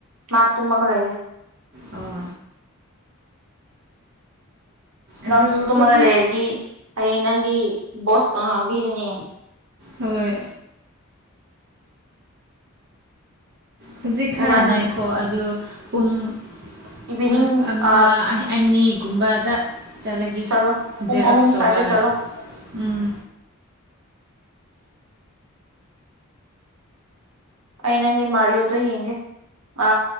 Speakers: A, on the right; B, on the right.
A: ꯃꯥ ꯇꯨꯃ ꯀꯂꯦ
B: ꯑꯣ ꯑꯗꯨ
A: ꯅꯪꯁꯨ ꯇꯨꯝꯃꯒ
B: ꯍꯧꯖꯤꯛ
A: ꯂꯩꯔꯗꯤ ꯍꯌꯦꯡ ꯅꯪꯒꯤ ꯕꯣꯁꯇ ꯉꯥꯡꯕꯤꯔꯅꯦ
B: ꯍꯣꯏ ꯍꯧꯖꯤꯛ
A: ꯅꯣꯏꯕꯥꯅꯤ
B: ꯈꯔꯅꯈꯣ ꯑꯗꯨ ꯄꯨꯡ
A: ꯏꯚꯤꯅꯤꯡ
B: ꯄꯨꯡ ꯑꯃ
A: ꯑꯥ
B: ꯑꯅꯤꯒꯨꯝꯕꯗ ꯆꯠꯒꯦ
A: ꯆꯠꯂꯣ ꯄꯨꯡ
B: ꯖꯦꯔꯣꯛꯁ
A: ꯑꯍꯨꯝ
B: ꯇꯕꯥꯥ
A: ꯁ꯭ꯋꯥꯏꯗ ꯆꯠꯂꯣ
B: ꯎꯝ
A: ꯑꯩ ꯅꯪ ꯃꯔꯤꯣꯗ ꯌꯦꯡꯦ ꯑ